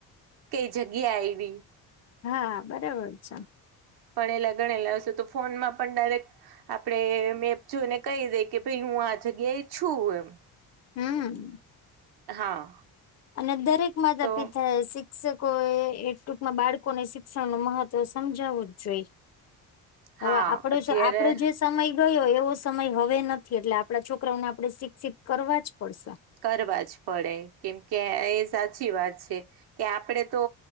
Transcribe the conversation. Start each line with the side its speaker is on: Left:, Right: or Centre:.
Right: કઈ જગ્યા આઈ બ.
Left: હા બરાબર છે.
Right: પણ એલે ગણે લાવશે તો ફોનમાં પણ ડાયરેક્ટ. આપડણે મેપ જોઈને કહી દઈ કે ભાઈ હું આ જગ્યાએ છું એમ.
Left: હમ.
Right: હા.
Left: અને દરેક માતા
Right: તો
Left: પિતા એ શિક્ષકો એ એ ટુંંકમાં બાળકોને. શિક્ષણ નું મહત્વ સમજાવવું જ જોઈ હવે
Right: હા
Left: આપણ
Right: અત્યારે
Left: આપડું જે. સમય ગયો એવો સમય હવે નથી એટલે આપડાણા છોકરાઓને આપડણે શિક્ષિત કરવા જ પડશે.
Right: કરવા જ પડે કેમ કે એ સાચી વાત છે. કે આપડે તો